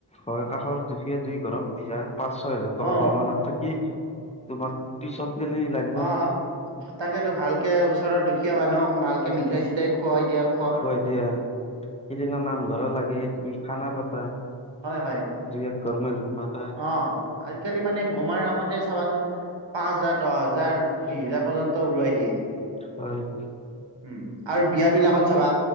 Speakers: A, on the left; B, on the right.
A: হয় কাষৰ জোখীয়ে দুই ঘৰক দিয়া পাঁচ ছয় হাজাৰ
B: অ
A: টকা বমা আনাত থাকি তোমাক। পিছক গেলি লাগে।
B: অ', তাকেতো ভালকে ওচৰৰ দুখীয়া মানুহক ভালকে মিঠাই চিঠাই খুৱাই দিয়ক।
A: খোৱাই দিয়া সিদিনা নাম ধৰা লাগে তুমি খানা পাতা।
B: হয় হয়।
A: দুই একঘৰ মানুহ মাত।
B: অ', আজিকালি মানে বোমাৰ নামত! চাবাচোন পাঁচ হাজাৰ, দহ হাজাৰ, বিশ হাজাৰ পৰ্যন্ত উৰুৱাই দিয়ে।
A: হয় হয়
B: উম, আৰু বিয়া বিলাকত চাবা